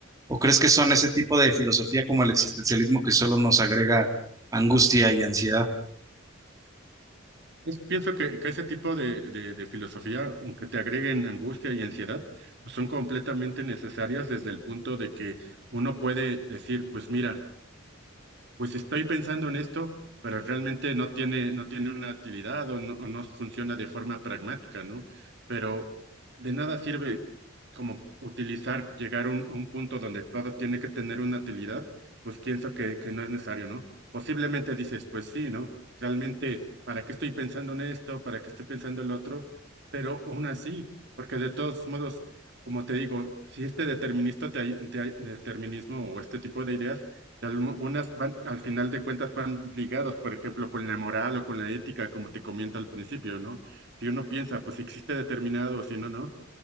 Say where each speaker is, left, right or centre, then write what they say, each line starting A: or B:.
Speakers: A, on the right (about 15°); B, on the right (about 60°).
A: ¿O crees que son ese tipo de filosofía como el existencialismo que solo nos agrega angustia y ansiedad?
B: Es- pienso que, que ese tipo de, de- de filosofía, aunque te agreguen angustia y ansiedad, pues son completamente necesarias desde el punto de que uno puede decir, pues mira, pues estoy pensando en esto, pero realmente no tiene, no tiene una utilidad o no, o no funciona de forma pragmática, ¿no? Pero de nada sirve como utilizar, llegar a un, un punto donde todo tiene que tener una utilidad, pues pienso que, que no es necesario, ¿no? Posiblemente dices, pues sí, ¿no? Realmente, ¿para qué estoy pensando en esto? ¿Para qué estoy pensando en lo otro? Pero aún así, porque de todos modos, como te digo, si este determinista te, ay- te ay- determinismo o este tipo de ideas, y Algunas van, al final de cuentas, van ligadas, por ejemplo, con la moral o con la ética, como te comento al principio, ¿no? Si uno piensa, pues si existe determinado o si no, no,